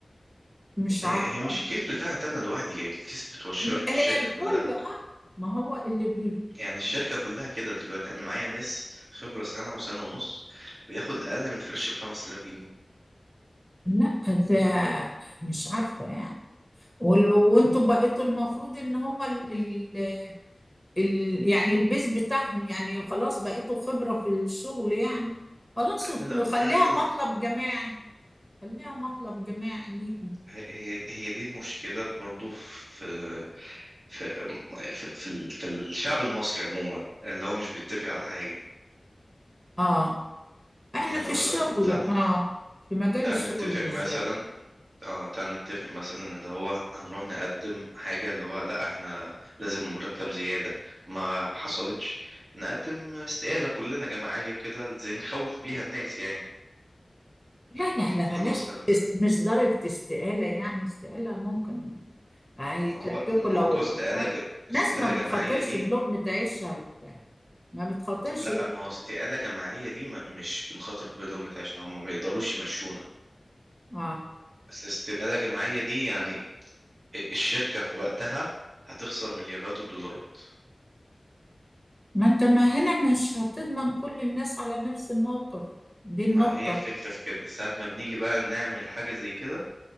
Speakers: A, in the centre; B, on the right.
A: مش
B: هي
A: عارفة
B: هي مش الكيس بتاعت انا لوحدي هي الكيس بتوع الشر...
A: لا، هي
B: الشركه
A: الكل
B: كلها
A: اه ما هو اللي بي
B: يعني الشركه كلها كده دلوقتي انا معايا ناس خبره سنه وسنه ونص بياخد اقل من الفريش ب 5000 جنيه
A: لا ده مش عارفة يعني وال- وانتوا بقيتوا المفروض ان هما ال... ال... ال... يعني البيز بتاعهم يعني خلاص بقيتوا خبرة في الشغل يعني خلاص
B: احنا
A: وت-
B: لا
A: خليها
B: احنا لا
A: مطلب جماعي خليها مطلب جماعي ليكم
B: هي هي دي المشكله برضو في في في في, ال- في الشعب المصري عموما اللي هو مش بيتفق على حاجه
A: اه احنا
B: يعني
A: في
B: هو
A: الشغل
B: اللي هو احنا تعال
A: اه في مجال
B: تعال
A: الشغل
B: نتفق
A: بالذات
B: مثلا اه تعال نتفق مثلا اللي هو هنروح نقدم حاجة اللي هو لا احنا لازم مرتب زيادة ما حصلتش نقدم استقالة كلنا جماعية كده زي نخوف بيها الناس يعني
A: لا لا لا
B: خلاص
A: بلاش
B: تمام
A: است- مش درجة استقالة يعني استقالة ممكن هيتلككوا
B: ما هو موضوع
A: لو
B: استقالة
A: بتاع
B: ج...
A: ناس
B: استقالة
A: ما بتخاطرش
B: جماعية دي
A: بلقمة عيشها بتاع ما بتخاطرش
B: لا ما هو استقالة جماعية دي ما... مش بنخاطر بلومة عشان هم ما يقدروش يمشونا
A: اه
B: بس استقالة جماعية دي يعني الشركة في وقتها هتخسر مليارات الدولارات
A: ما انت ما هنا مش هتضمن كل الناس على نفس الموقف دي النقطة
B: ما هي الفكرة في كده ساعة ما بنيجي بقى نعمل حاجة زي كده